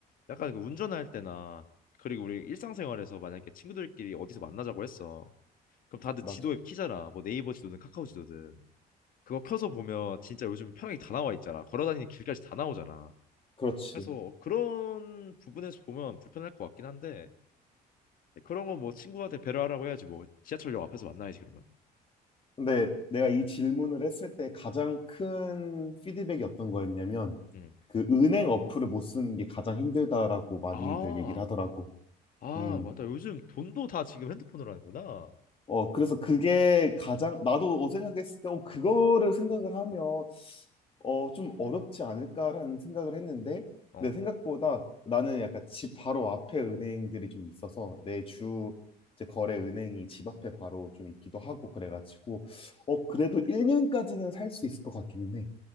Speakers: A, on the left; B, on the left.
A: 약간 그 운전할 때나 그리고 우리 일상생활에서 만약에 친구들끼리 어디서 만나자고 했어. 그럼 다들
B: 맞아.
A: 지도 앱 키잖아. 뭐 네이버 지도든 카카오 지도든. 그거 켜서 보면 진짜 요즘 편하게 다 나와 있잖아. 걸어다니는 길까지 다 나오잖아.
B: 그렇지.
A: 그래서 그런 부분에서 보면 불편할 것 같긴 한데 그런 건 뭐 친구한테 배려하라고 해야지 뭐 지하철역 앞에서 만나야지 그러면.
B: 근데 내가 이 질문을 했을 때 가장 큰 피드백이 어떤 거였냐면
A: 음.
B: 그 은행 어플을 못 쓰는 게 가장 힘들다라고 많이들
A: 아,
B: 얘기를 하더라고.
A: 아
B: 음.
A: 맞다. 요즘 돈도 다 지금 핸드폰으로 하는구나.
B: 어, 그래서 그게 가장, 나도 어 생각했을 때, 어, 그거를 생각을 하면 어, 좀 어렵지 않을까라는 생각을 했는데,
A: 어.
B: 근데 생각보다 나는 약간 집 바로 앞에 은행들이 좀 있어서 내 주 이제 거래 은행이 집 앞에 바로 좀 있기도 하고 그래가지고, 어, 그래도 1년까지는 살 수 있을 것 같기는 해.